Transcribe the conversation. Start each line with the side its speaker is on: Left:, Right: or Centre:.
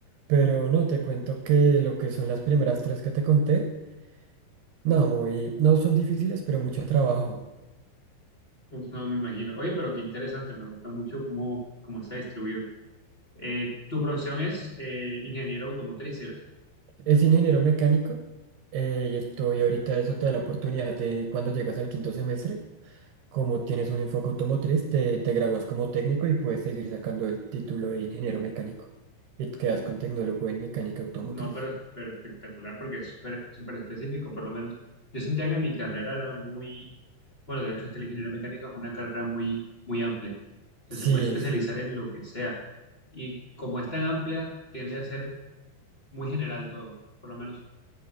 Right: pero no, te cuento que lo que son las primeras tres que te conté, no, muy, no son difíciles, pero mucho trabajo.
Left: Uf, no me imagino. Oye, pero qué interesante, me gusta mucho cómo, cómo está distribuido. Eh, tu profesión es eh, ingeniero automotriz, ¿cierto?
Right: Es ingeniero mecánico eh, y estoy ahorita, eso te da la oportunidad de cuando llegas al quinto semestre, como tienes un enfoque automotriz, te, te gradúas como técnico y puedes seguir sacando el título de ingeniero mecánico y te quedas
Left: Uf,
Right: con tecnólogo en mecánica automotriz.
Left: No, pero, pero espectacular porque es súper súper específico, por lo menos. Yo sentía que mi carrera era muy, bueno, de hecho es que la ingeniería mecánica es una carrera muy, muy amplia. Entonces
Right: Sí,
Left: se puede especializar
Right: sí.
Left: en lo que sea. Y como es tan amplia, tiende a ser muy general todo, por lo menos.